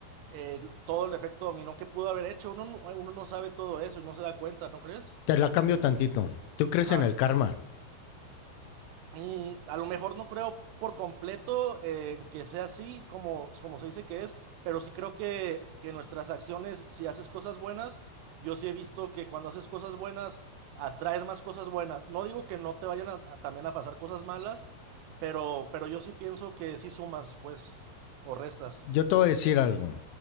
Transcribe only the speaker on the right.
eh, todo el efecto dominó que pudo haber hecho, uno, no- uno no sabe todo eso y no se da cuenta, ¿no crees?
Ajá.
Mm, a lo mejor no creo por completo eh, que sea así como, como se dice que es, pero sí creo que, que nuestras acciones, si haces cosas buenas, yo sí he visto que cuando haces cosas buenas, atraes más cosas buenas. No digo que no te vayan a- a también a pasar cosas malas, pero, pero yo sí pienso que sí sumas, pues, o restas.